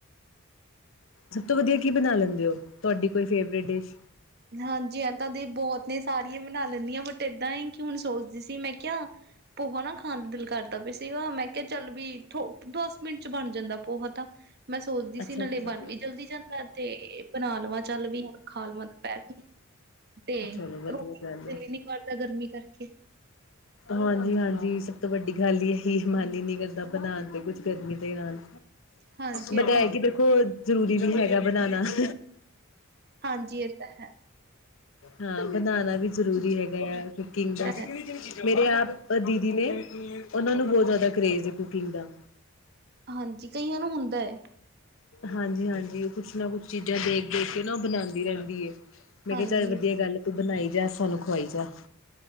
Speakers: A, on the left; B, on the right.
A: ਸਬ ਤੋਂ ਵਦੀਆ ਕੀ ਬਨਾ ਲੈਂਦੇ ਓਂ, ਤੁਆਡੀ ਕੋਈ ਫੇਵਰੇਟ ਡਿਸ਼
B: ਹਾਂਜੀ ਐ ਤਾਂ ਦੀ ਬੋਤ ਨੇ ਸਾਰੀਆਂ ਬਨਾ ਲੈਂਨੀ ਆਂ ਬਟ ਏਦਾਂ ਈ ਕੇ ਹੁਨ ਸੋਚਦੀ ਸੀ ਮੈਂ ਕਿਆ ਪੋਹਾ ਨਾ ਖਾਨ ਦਾ ਦਿਲ ਕਰਦਾ ਪਿਆ ਸੀਗਾ ਮੈਂ ਕਿਆ ਚੱਲ ਵੀ ਥੋ ਦਸ ਮਿੰਟ ਚ ਬਨ ਜਾਂਦਾ। ਪੋਹਾ ਤਾਂ ਮੈਂ ਸੋਚਦੀ ਸੀ
A: ਅੱਛਾ
B: ਨਾਲੇ
A: ਅੱਛਾ
B: ਬਨ ਵੀ ਜਲਦੀ ਜਾਂਦਾ ਤੇ ਬਨਾ ਲਵਾਂ। ਚੱਲ ਵੀ ਹੁਨ ਖਾ ਲਮਾਂ ਦਪੈਰ ਨੂੰ, ਤੇ
A: ਚਲੋ ਵਧੀਆ
B: ਰੋਟੀ
A: ਗੱਲ
B: ਨੂੰ ਤੇ
A: ਏ।
B: ਦਿਲ ਈ ਨੀ ਕਰਦਾ ਗਰਮੀ ਕਰਕੇ। <inaudible>
A: ਹਾਂਜੀ-ਹਾਂਜੀ ਸਭ ਤੋਂ ਵੱਡੀ ਗੱਲ ਈ ਏਹੀ ਮਨ ਈ ਨੀ ਕਰਦਾ ਬਣਾਣ 'ਤੇ ਕੁਛ ਗਰਮੀ 'ਤੇ ਨਾਲ।
B: ਹਾਂਜੀ
A: ਬਟ
B: ਇਹ
A: ਐ
B: ਤਾਂ ਹੈ
A: ਕਿ ਦੇਖੋ ਜ਼ਰੂਰੀ ਵੀ ਹੈਗਾ ਬਣਾਣਾ। <inaudible>
B: ਹਾਂਜੀ ਇਹ ਤਾਂ ਹੈ
A: ਹਾਂ ਬਣਾਣਾ ਵੀ ਜਰੂਰੀ ਹੈਗਾ ਆ ਕੁਕਿੰਗ
B: ਤਾਂ
A: ਦਾ
B: ਹੈ
A: ਮੇਰੇ ਆਪ ਦੀਦੀ ਨੇ ਉਨਾਂ ਨੂੰ ਬੋ ਜਿਆਦਾ ਕਰੇਜ ਏ ਕੁਕਿੰਗ ਦਾ।
B: ਹਾਂਜੀ ਕਈਆਂ ਨੂੰ ਹੁੰਦੈ।
A: ਹਾਂਜੀ-ਹਾਂਜੀ ਓ ਕੁਛ ਨਾ ਕੁਛ ਚੀਜ਼ਾਂ ਦੇਖ-ਦੇਖ ਕੇ ਨਾ ਬਣਾਂਦੀ ਰੈਂਦੀ ਏ। ਮੈਂ
B: ਹਾਂਜੀ
A: ਕੇਆ ਚੱਲ ਵਧੀਆ ਗੱਲ ਤੂੰ ਬਣਾਈ ਜਾਂ ਸਾਨੂੰ ਖਵਾਈ ਜਾ।